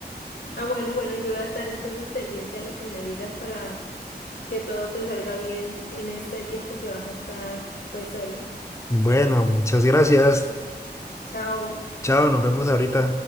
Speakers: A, on the left; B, on the left.
A: Ah, bueno, bueno, yo voy a estar entonces pendiente a lo que me digas para que todo te salga bien en este tiempo que vas a estar pues solo.
B: Bueno, muchas gracias.
A: Chao.
B: Chao, nos vemos ahorita.